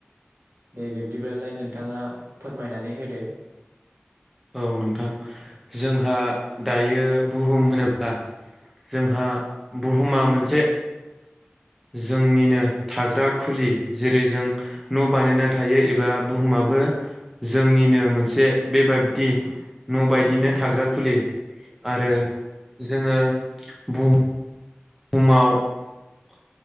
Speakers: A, on the right; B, in the centre.
A: दे बिब्दिब्लालाय नोंथाङा फोरमायनानै होदो।
B: औ नोंथां जोंहा दायो बुहुम होनोब्ला जोंहा बुहुमा मोनसे जोंनिनो थाग्रा खुलि जेरै जों न' बानायना थायो एबा बुहुमाबो जोंनिनो मोनसे बेबाबदि न' बायदिनो थाग्रा खुलि आरो जोङो बु हुमाव <unintelligible>